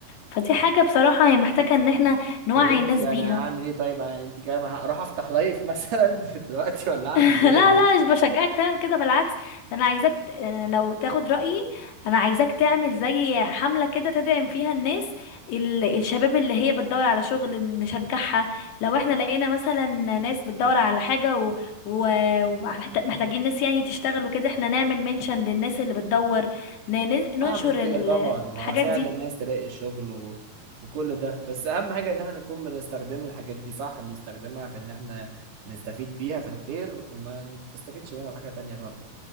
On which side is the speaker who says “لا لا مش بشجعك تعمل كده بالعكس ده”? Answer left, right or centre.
Left